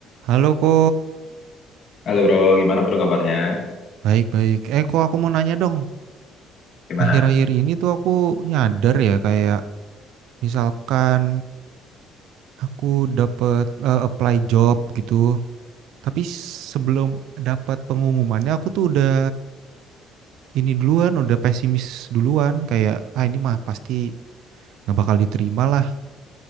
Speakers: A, on the right; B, on the left.
A: Halo Ko,
B: Halo bro, gimana bro kabarnya?
A: baik-baik. Eh Ko, aku mau nanya dong.
B: Gimana?
A: Akhir-akhir ini tuh aku nyadar ya kayak misalkan aku dapet eh, apply job gitu. Tapi sebelum dapat pengumumannya aku tuh udah ini duluan, udah pesimis duluan. Kayak ah ini mah pasti nggak bakal diterima lah.